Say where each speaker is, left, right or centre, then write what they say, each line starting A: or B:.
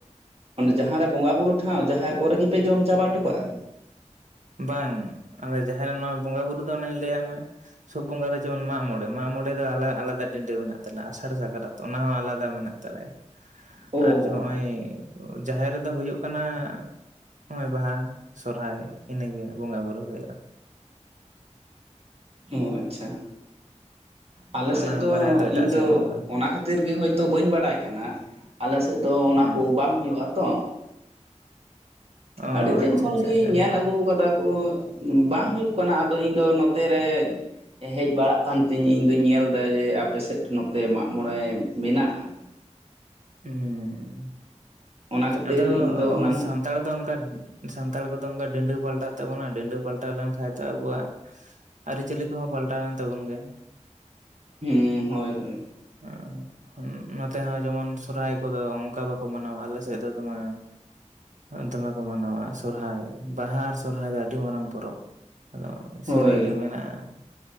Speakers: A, on the right; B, on the right.
A: ᱡᱟᱦᱟᱸ ᱨᱮ ᱵᱚᱸᱜᱟ ᱵᱩᱨᱩ ᱴᱷᱟᱶ ᱡᱟᱦᱮᱨ ᱠᱚᱨᱮ ᱜᱮᱞᱮ ᱡᱚᱢ ᱪᱟᱵᱟ ᱚᱴᱩ ᱠᱟᱜᱼᱟ?
B: ᱵᱟᱝ ᱟᱞᱮ ᱡᱟᱦᱮᱨ ᱱᱚᱣᱟ ᱵᱚᱸᱜᱟ ᱵᱩᱨᱩ ᱫᱚ ᱚᱱᱮᱧ ᱞᱟᱹᱭᱟᱫ ᱢᱮ ᱥᱚᱵ ᱵᱚᱸᱜᱟ ᱫᱚ ᱡᱮᱢᱚᱱ ᱢᱟ ᱢᱚᱬᱮᱸ ᱢᱟ ᱢᱚᱬᱮᱸ ᱫᱚ ᱟᱞᱮ ᱟᱞᱟᱫᱟ ᱰᱤᱰᱳ ᱢᱮᱱᱟᱜ ᱛᱟᱞᱮ ᱟᱥᱟᱲ ᱥᱟᱠᱨᱟᱛ ᱚᱱᱟ ᱦᱚᱸ ᱟᱞᱟᱫᱟ ᱢᱮᱱᱟᱜ ᱛᱟᱞᱮᱭᱟ
A: ᱚ
B: ᱟᱨ
A: ᱦᱚᱸ
B: ᱡᱮ ᱱᱚᱜᱼᱚᱭ ᱡᱟᱦᱮᱨ ᱨᱮᱫᱚ ᱦᱩᱭᱩᱜ ᱠᱟᱱᱟ ᱱᱚᱜᱼᱚᱭ ᱵᱟᱦᱟ ᱥᱚᱨᱦᱟᱭ ᱤᱱᱟᱹᱜᱮ ᱵᱚᱸᱜᱟ ᱵᱩᱨᱩ ᱦᱩᱭᱩᱼᱟ᱾
A: ᱚ ᱟᱪᱪᱷᱟ ᱟᱞᱮ
B: ᱚᱱᱟ
A: ᱥᱮᱫ ᱫᱚ
B: ᱵᱟᱨᱭᱟ
A: ᱤᱧ
B: ᱮᱴᱟᱜ
A: ᱫᱚ
B: ᱥᱮᱫ ᱵᱚᱸᱜᱟ ᱦᱩᱭᱩᱜᱼᱟ
A: ᱚᱱᱟ ᱠᱷᱟᱹᱛᱤᱨ ᱠᱷᱟᱹᱛᱤᱨ ᱜᱮ ᱦᱳᱭᱛᱳ ᱵᱟᱹᱧ ᱵᱟᱲᱟᱭ ᱠᱟᱱᱟ ᱟᱞᱮ ᱥᱮᱫ ᱫᱚ ᱚᱱᱟ
B: ᱦᱮᱸ
A: ᱠᱚ ᱵᱟᱝ ᱦᱩᱭᱩᱜ-ᱟ ᱛᱚ᱾
B: ᱚ
A: ᱟᱹᱰᱤ ᱫᱤᱱ
B: ᱟᱪᱪᱷᱟ
A: ᱠᱷᱚᱱᱜᱤᱧ
B: ᱟᱪᱪᱷᱟ ᱟᱪᱪᱷᱟ
A: ᱧᱮᱞ
B: ᱦᱮᱸ
A: ᱟᱹᱜᱩ ᱟᱠᱟᱫᱟ ᱠᱚ ᱵᱟᱝ ᱦᱩᱭᱩᱜ ᱠᱟᱱᱟ ᱟᱫᱚ ᱤᱧᱫᱚ ᱱᱚᱛᱮᱨᱮ ᱦᱮᱡ ᱵᱟᱲᱟᱜ ᱠᱟᱱ ᱛᱤᱧ ᱤᱧ ᱫᱩᱧ ᱧᱮᱞ ᱮᱫᱟ ᱡᱮ ᱟᱯᱮᱥᱮᱫ ᱱᱚᱛᱮ ᱢᱟᱜ ᱢᱚᱬᱮᱸ ᱢᱮᱱᱟᱜᱼᱟ ᱾
B: ᱦᱩᱸ
A: ᱚᱱᱟ ᱠᱷᱟᱹᱛᱤᱨ
B: ᱟᱫᱚ
A: ᱤᱧ
B: <unintelligible>
A: ᱫᱚ ᱚᱱᱟ ᱱᱟᱜ
B: ᱥᱟᱱᱛᱟᱲ ᱫᱚ ᱚᱱᱠᱟ ᱥᱟᱱᱛᱟᱲ ᱠᱚᱫᱚ ᱚᱱᱠᱟ ᱰᱤᱰᱳ ᱯᱟᱞᱴᱟᱜ ᱛᱟᱵᱚᱱᱟ ᱰᱤᱰᱳ ᱯᱟᱞᱴᱟᱣ ᱞᱮᱱᱠᱷᱟᱡ ᱫᱚ ᱟᱵᱩᱣᱟᱜ ᱟᱹᱨᱤᱪᱟᱹᱞᱤ ᱠᱚᱦᱚᱸ ᱯᱟᱞᱴᱟᱣᱮᱱ ᱛᱟᱵᱚᱱ ᱜᱮ᱾
A: ᱦᱩᱸ ᱦᱳᱭ ᱦᱳᱭ
B: ᱩᱸ ᱦᱩᱸ ᱱᱚᱛᱮ ᱦᱚᱸ ᱡᱮᱢᱚᱱ ᱥᱚᱨᱦᱟᱭ ᱠᱚᱫᱚ ᱚᱱᱠᱟ ᱵᱟᱠᱚ ᱢᱟᱱᱟᱣᱟ ᱟᱞᱮᱥᱮᱫ ᱫᱚ ᱫᱚᱢᱮ ᱫᱚᱢᱮ ᱠᱚ ᱢᱟᱱᱟᱣᱟ ᱥᱚᱨᱦᱟᱭ ᱵᱟᱦᱟ ᱟᱨ ᱥᱚᱨᱦᱟᱭ ᱫᱚ ᱟᱹᱰᱤ ᱢᱟᱨᱟᱝ ᱯᱚᱨᱚᱵᱽ ᱟᱫᱚ
A: ᱦᱳᱭ
B: ᱥᱮᱨᱮᱧ ᱨᱮ ᱢᱮᱱᱟᱜᱼᱟ